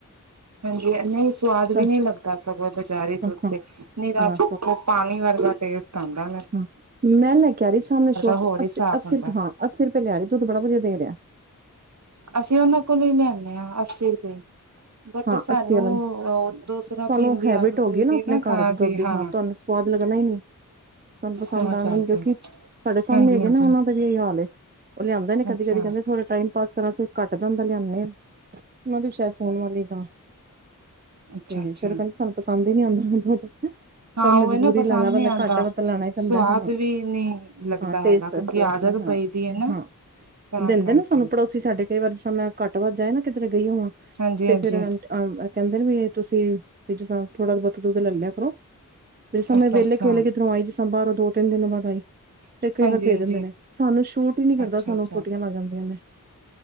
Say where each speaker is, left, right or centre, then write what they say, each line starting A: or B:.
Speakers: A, on the right; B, on the right.
A: ਹਾਂਜੀ ਨਈ ਸਵਾਦ ਵੀ
B: ਹਮ
A: ਨੀ ਲੱਗਦਾ ਸਗੋ ਤੇ। ਬਜਾਰੀ ਦੁਧ
B: ਹਮ
A: ਤੇ ਨਿਰਾ
B: ਹਾਂ
A: ਧੁੰਧ ਪਾਣੀ ਵਰਗਾ ਟੇਸਟਆਦਾ।
B: ਹੁੰ, ਮੈਂ ਲੈ ਕੇ ਆ ਰੀ ਸਾਮਣੇ ਸ਼ੋਪ
A: ਹੋਰ
B: ਤੋਂ, ਅੱਸੀ-ਅੱਸੀ
A: ਹਿਸਾਬ ਹੁੰਦਾ
B: ਰੁਪੇ ਹਾਂ ਅੱਸੀ ਰੁਪੇ ਲੈਰੀ ਦੁਧ ਬੜਾ ਵਧੀਆ ਦੇ ਰਿਆ।
A: ਅਸੀਂ ਔਨਾਂ ਕੋਲੋਂ ਈ ਲਿਆਨੇ ਆ ਅੱਸੀ ਰੁਪਏ। ਬਟ
B: ਹਾਂ
A: ਸਾਨੂੰ
B: ਅੱਸੀ ਵਾਲਾ
A: ਔ ਦੂਸਰਾ
B: ਤੁਹਾਨੂੰ
A: ਪੀਣ ਦੀ
B: ਹੈਬਿਟ
A: ਆਦਤ
B: ਹੋ
A: ਹੋਈ
B: ਗਈ
A: ਦੀ
B: ਆਪਣੇ
A: ਨਾ
B: ਘਰ
A: ਗਾਂ
B: ਦੇ
A: ਦੀ
B: ਦੁੱਧ
A: ਹਾਂ।
B: ਤੁਹਾਨੂੰ ਸਵਾਦ ਲੱਗਣਾ ਈ ਨੀ। ਤੁਹਾਨੂੰ ਪਸੰਦ
A: ਤਾਂ
B: ਆਣਾ
A: ਕਰਕੇ
B: ਨੀ, ਕਿਉਂਕਿ ਸਾਡੇ ਸਾਹਮਣੇ
A: ਹਾਂਜੀ
B: ਹੈਗੇ
A: ਹਾਂਜੀ
B: ਨਾ ਉਹਨਾਂ ਦਾ ਵੀ ਇ ਹਾਲ ਏ। ਉਹ ਲਿਆਂਂਦੇ ਨੇ ਕਦੀ-ਕਦੀ
A: ਅੱਛਾ
B: ਕਹਂਦੇ ਧੋੜਾ ਟਾਈਮ- <unintelligible> ਘੱਟ ਜਾਂਦਾ ਲਿਆਦੇ ਹਾਂ। ਉਹਨਾਂ ਦੀ ਸ਼ਾਇਦ ਸੋਣ ਵਾਲੀਏ ਗਾਂ।
A: ਅੱਛਾ
B: ਤੇ
A: ਅੱਛਾ
B: ਫੇਰ ਉਹ ਕਹਿੰਦੇ ਸਾਨੂੰ ਪਸੰਦ ਹੀ ਨੀ ਆਂਦਾ ਧੁੰਧ
A: ਹਾਂ
B: ਪਰ
A: ਉਹ
B: ਮਜਬੂਰੀ
A: ਇਹ ਨਾ ਪਸੰਦ
B: ਲੈਣਾ ਪੈਂਦਾ
A: ਨਹੀਂ ਆਉਂਦਾ
B: ਘੱਟ ਤੇ ਲੈਣਾ ਹੀ ਪੈਂਦਾ
A: ਸਵਾਦ
B: ਹਾਂ,
A: ਵੀ ਨਹੀਂ ਲੱਗਦਾ
B: ਹਾਂ ਟੇਸਟ-ਟੇਸਟ
A: ਹੈਗਾ ਕਿਉਂਕਿ ਆਦਤ
B: ਨੀ ਹਾਂ
A: ਪਈ
B: ਤੇ
A: ਦੀ ਹੈ ਨਾ
B: ਹਾਂ-
A: ਤਾਂ
B: ਦਿੰਦੇ
A: ਕਰਕੇ
B: ਨੇ ਸਾਨੂੰ ਪੜੋਸੀ ਸਾਡੇ ਕਈ ਵਾਰੀ ਜਿਸਰਾ ਮੈਂ ਘੱਟ ਵੱਧ ਜਾਏ ਨਾ ਕਿਧਰੇ ਗਈ ਹੋਵਾਂ
A: ਹਾਂਜੀ
B: ਤੇ
A: ਹਾਂਜੀ
B: ਫੇਰ ਆ ਕਹਿੰਦੇ ਨੇ ਵੀ ਤੁਸੀਂ ਥੋੜਾ ਬੱਹੁਤ ਦੁੱਧ ਲੈ ਲਿਆ ਕਰੋ। ਫੇ ਸਮੇਂ
A: ਅੱਛਾ
B: ਵਿਹਲੇ
A: ਅੱਛਾ
B: ਕਵੇਲੇ ਕਿਧਰੋਂ ਆਈ ਸੀ ਬਾਹਰੋਂ ਦੋ ਤਿੰਨ ਦਿਨ ਬਾਦ ਆਈ। ਤੇ ਕਈ
A: ਹਾਂਜੀ
B: ਵਾਰ ਦੇ
A: ਹਾਂਜੀ
B: ਦਿੰਦੇ ਨੇ ਸਾਨੂੰ ਛੂਟ ਹੀ ਨਹੀਂ ਕਰਦਾ
A: ਅੱਛਾ
B: ਸਾਨੂੰ
A: ਅੱਛਾ
B: ਪੋਟੀਆਂ ਲੱਗ ਜਾਂਦੀਆਂ ਨੇ।